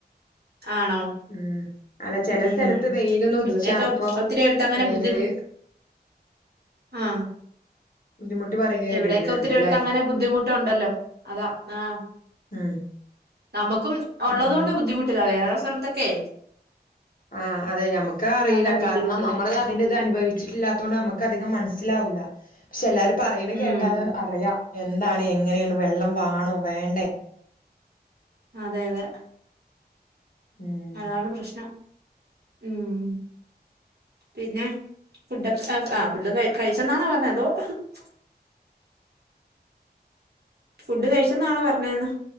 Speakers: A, on the right (about 70°); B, on the left (about 55°).
A: ആണോ
B: ഉം അല്ല ചെല
A: ഉം
B: സ്ഥലത്ത് വെയിലൊന്ന് ഉദിച്ചാ
A: ഇവിടെയൊക്കെ
B: അപ്പൊ
A: ഒത്തിരി അടുത്ത് അങ്ങനെ
B: വേനല്
A: ബുദ്ധി ആഹ്
B: ബുദ്ധിമുട്ട് പറയുന്ന കേട്ടിട്ടുണ്ട്ല്ലേ
A: ഇവിടെയൊക്കെ ഒത്തിരി അടുത്ത് അങ്ങനെ ബുദ്ധിമുട്ടുണ്ടല്ലോ അതാ ആഹ്
B: ഉം
A: നമ്മുക്കും ഉള്ളത്
B: അങ്ങനെ
A: കൊണ്ട് ബുദ്ധിമുട്ടില്ല വേറെ സ്ഥലത്തൊക്കെ
B: ആഹ് അതെ നമുക്ക് അറിയില്ല
A: നല്ല ബുദ്ധിമുട്ടല്ലേ
B: കാരണം നമ്മള് അതിന്റെറ ഇത് അനുഭവിച്ചിട്ടില്ലാത്തുകൊണ്ട് നമുക്ക് അധികം മനസ്സില സിലാവൂല പക്ഷെ എല്ലാരും പറയ
A: ഉം
B: കേട്ടാല് അറിയാം എന്താണ് എങ്ങ എങ്ങനെയാണ് വെള്ളം വാണോ വേണ്ടേ
A: അതെ അതെ
B: ഉം
A: അതാണ് പ്രശ്നം ഉം പിന്നെ ഫുഡ്ഒക്കെ ആ ഫുഡ് ക കഴിച്ചെന്നാണോ പറഞ്ഞ അതോ <unintelligible> ഫുഡ് കഴിച്ചന്നാണോ പറഞ്ഞെന്ന